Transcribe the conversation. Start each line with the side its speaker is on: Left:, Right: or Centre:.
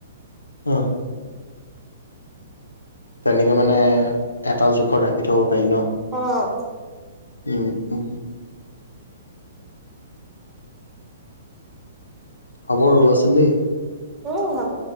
Left: <unintelligible> তেনেকে মানে এটা জোখত ৰাখি থব পাৰি ন।
Right: অঁ
Left: উম উম হ'ব ৰবাচোন দেই।
Right: অঁ হ'ব।